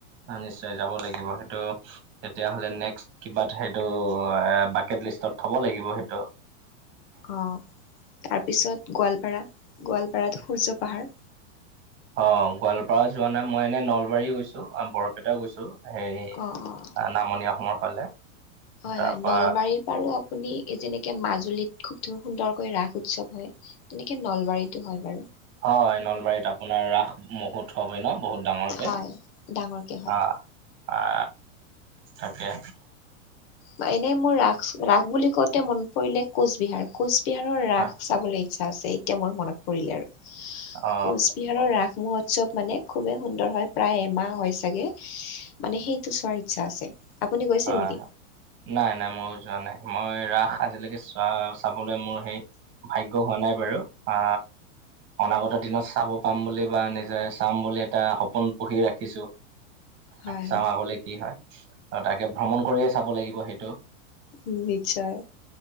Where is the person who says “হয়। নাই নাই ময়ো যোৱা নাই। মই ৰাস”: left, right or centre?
Right